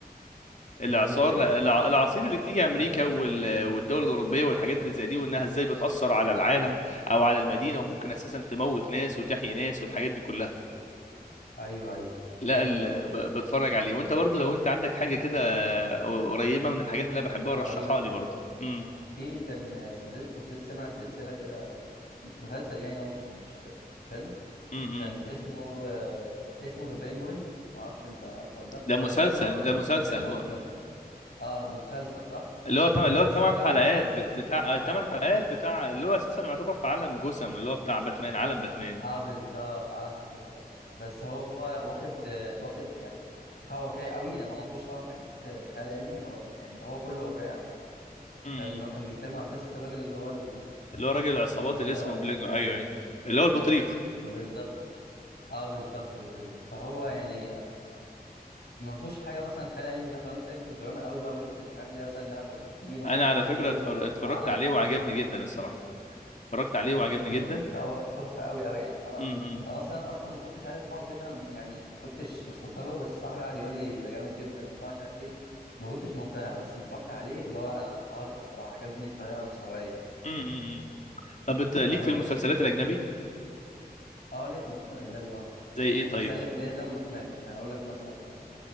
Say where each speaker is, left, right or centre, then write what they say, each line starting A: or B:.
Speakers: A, on the left; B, on the left.
A: الاعصار
B: مواجهة ايه
A: الع- الاعاصير اللي بتيجي
B: عصير
A: امريكا وال-
B: مم.
A: والدول الاوروبيه والحاجات اللي زي دي وانها ازاي بتاثر على العالم او على المدينه وممكن اساسا تموت ناس وتحيي ناس والحاجات دي كلها
B: ايوه ايوه
A: لا
B: جامد
A: ال...
B: اه برضه
A: ب- بتفرج عليه وانت برضو لو انت عندك حاجه كده قريبه من الحاجات اللي انا بحبها
B: هقول
A: رشحها
B: لك
A: لي برضو امم
B: في كان كنت كنت لسه سامع سلسلة كده مسلسل يعني هو مش مش مش فيلم
A: امم امم.
B: كان اسمه آه، اسمه ذا بينجوين ما اعرفش انت عارفه ولا لا
A: ده
B: انا
A: مسلسل
B: مش فاكر والله هو كان
A: ده مسلسل
B: كان فيلم ولا
A: م...
B: مسلسل اه مسلسل صح
A: اللي هو تم...
B: مسلسل
A: اللي هو
B: بس
A: ثمان
B: هو ثمان
A: حلقات
B: حلقات
A: ب- بتاع ثمان
B: ايوه
A: حلقات
B: بالظبط
A: بتاع اللي هو اساسا يعتبر في عالم جسم اللي هو بتاع باتمان عالم باتمان
B: اه بالظبط عالم جوثام بس هو واخد آه، واخد يعني قوة واقعية قوي يعني هو ما فيهوش طبعا حاجات آه، خيال علمي هو يعني هو كله واقعي عامة
A: امم
B: فاهم
A: امم.
B: ان هو كان بيتكلم عن قصة الراجل اللي هو ال-
A: اللي هو راجل العصابات
B: اسمه
A: اللي
B: ايه ده
A: اسمه بلينجو ايوه ايوه اللي هو البطريق
B: بالظبط اه بالظبط البطولة دي فهو يعني آه، ما فيهوش حاجة مثلا خيال علمي كده فانت ليك في الدراما قوي بقى وليك في الحاجات اللي هي مثلا لها علاقة بالجريمة
A: انا
B: ومش عارف
A: على فكره
B: ايه و-
A: اتفر- اتفرجت
B: وعالم
A: عليه وعجبني جدا الصراحه اتفرجت عليه وعجبني
B: امم
A: جدا
B: ده هو تحفه قوي قوي يعني انا
A: امم
B: انا مثلا اصلا ما كنتش عايز اسمعه كده انا يعني ما كنتش مستلطفه بس صاحبي قعد يقول لي ده جامد جدا وبتاع مش عارف ايه ما كنتش مقتنع بس لما اتفرجت عليه اللي هو لا انا انبهرت الصراحه عجبني بطريقه مش طبيعيه
A: امم طب انت
B: فهو
A: ليك في المسلسلات
B: جميل
A: الاجنبي
B: اه ليه في المسلسلات الاجنبي اه
A: زي ايه
B: يعني
A: طيب
B: بس ليه ليه زي ما ما سمعتش يعني اقول لك مثلا